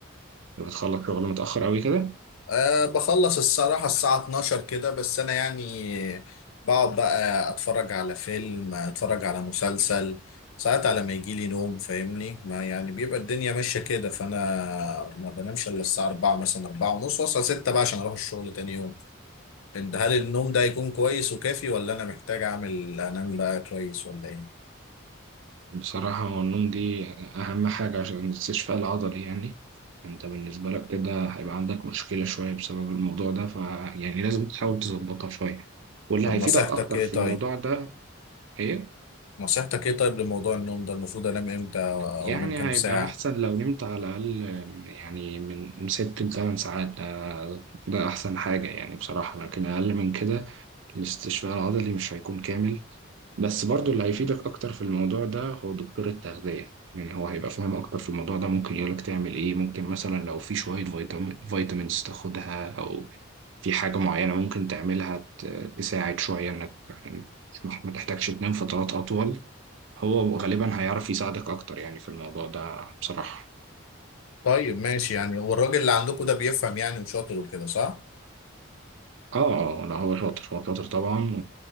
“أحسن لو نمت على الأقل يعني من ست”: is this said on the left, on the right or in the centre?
Right